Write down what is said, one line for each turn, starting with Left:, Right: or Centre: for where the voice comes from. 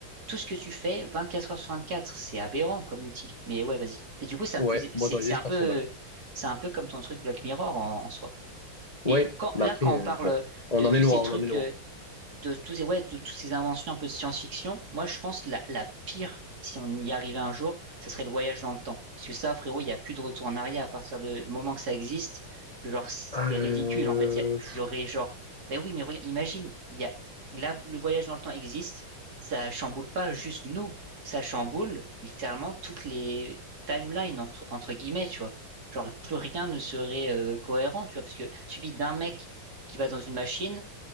Right: tout ce que tu fais 24 heures sur 24. C'est aberrant comme outil. Mais ouais, vas-y. Mais du coup, ça
Left: Ouais,
Right: me faisait,
Left: moi,
Right: c'est
Left: dans l'idée,
Right: c'est un
Left: c'est pas
Right: peu,
Left: trop mal.
Right: c'est un peu comme ton truc Black Mirror en, en soi. Mais
Left: Ouais,
Right: quand,
Left: mais
Right: là,
Left: après,
Right: quand
Left: euh,
Right: on parle
Left: bon, on
Right: de
Left: en
Right: tous
Left: est loin,
Right: ces trucs,
Left: on en est loin.
Right: euh, de tous ces, ouais, de toutes ces inventions un peu de science-fiction, moi, je pense la, la pire, si on y arrivait un jour, ce serait le voyage dans le temps. Parce que ça, frérot, il n'y a plus de retour en arrière à partir du moment que ça existe. Genre, c'est
Left: Euh...
Right: ridicule, en fait. Il y, a- il y aurait genre, ben oui, mais regarde, imagine, il y a, là, le voyage dans le temps existe. Ça chamboule pas juste nous. Ça chamboule littéralement toutes les timelines, entre, entre guillemets, tu vois. Genre, plus rien ne serait euh, cohérent, tu vois. Parce que suffit d'un mec qui va dans une machine